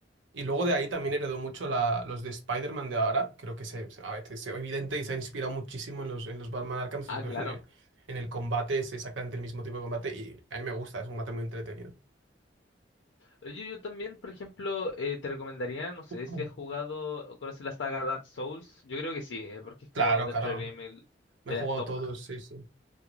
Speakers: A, on the right; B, on the left.
A: Y luego de ahí también heredó mucho la- los de Spider-Man de ahora. Creo que se, se- a ver, es evidente y se ha inspirado muchísimo en los, en los Batman Arkham. sobre
B: Ah, claro.
A: todo En el, en el combate es exactamente el mismo tipo de combate y a mí me gusta, es un combate muy entretenido.
B: Yo, yo también, por ejemplo, eh, te recomendaría, no sé si
A: Mm.
B: has jugado o conoces la saga Dark Souls. Yo creo que sí, eh, porque es como
A: Claro,
B: dentro
A: claro.
B: del game el-
A: Me
B: de
A: he jugado
B: las top.
A: todos, sí, sí.